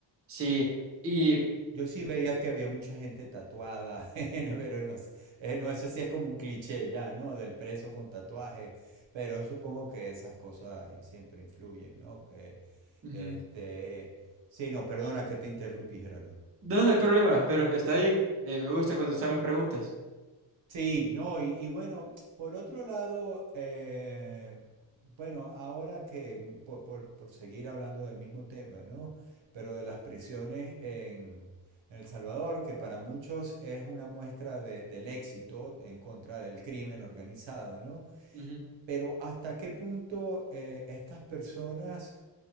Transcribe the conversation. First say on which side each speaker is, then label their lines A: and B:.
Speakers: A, on the right (about 30°); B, on the right (about 85°).
A: Sí, y...
B: Yo sí veía que había mucha gente tatuada, <laughs> pero no sé, eh, no, eso sí es como un cliché ya, ¿no? Del preso con tatuaje, pero supongo que esas cosas siempre influyen, ¿no? Que,
A: ujú.
B: este, sí, no, perdona que te interrumpí, Gerardo.
A: No, no hay problema, pero está bien. Eh, me gusta contestar las preguntas.
B: Sí, no, y, y bueno, por otro lado, eh, bueno, ahora que, por, por- por seguir hablando del mismo tema, ¿no? Pero de las prisiones en, en El Salvador, que para muchos es una muestra de- del éxito en contra del crimen organizado, ¿no?
A: Ujú,
B: Pero ¿hasta qué punto eh, estas personas,